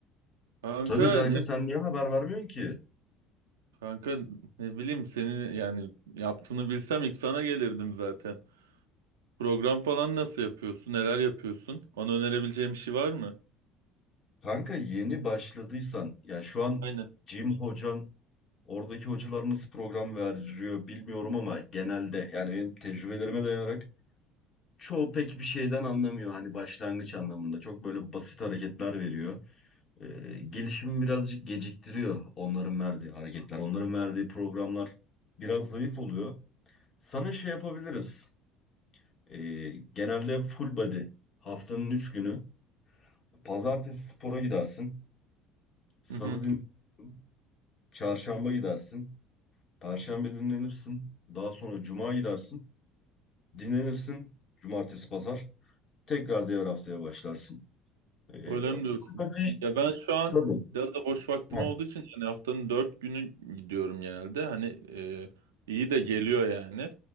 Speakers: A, on the right; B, on the left.
A: Kanka
B: Tabii kanka
A: ya
B: sen niye haber vermiyorsun ki?
A: kanka ne bileyim senin yani yaptığını bilsem ilk sana gelirdim zaten. Program falan nasıl yapıyorsun? Neler yapıyorsun? Bana önerebileceğin bir şey var mı?
B: Kanka yeni başladıysan ya şu an
A: Aynen.
B: Jim hocan oradaki hocalar nasıl program veriyor bilmiyorum ama genelde yani benim tecrübelerime dayanarak çoğu pek bir şeyden anlamıyor. Hani başlangıç anlamında çok böyle basit hareketler veriyor. E, gelişimi birazcık geciktiriyor onların verdiği hareketler, onların verdiği programlar biraz zayıf oluyor. Sana şey yapabiliriz. E, genelde full body haftanın 3 günü pazartesi spora gidersin, salı
A: Hı hı.
B: dinlenirsin, çarşamba gidersin, perşembe dinlenirsin, daha sonra cuma gidersin, dinlenirsin, cumartesi pazar tekrar diğer haftaya başlarsın. E,
A: Öyle
B: full
A: mi diyorsun?
B: body
A: Ya ben şu an
B: tabii.
A: biraz da boş vaktim
B: Heh.
A: olduğu için hani haftanın dört günü gidiyorum genelde. Hani e, iyi de geliyor yani.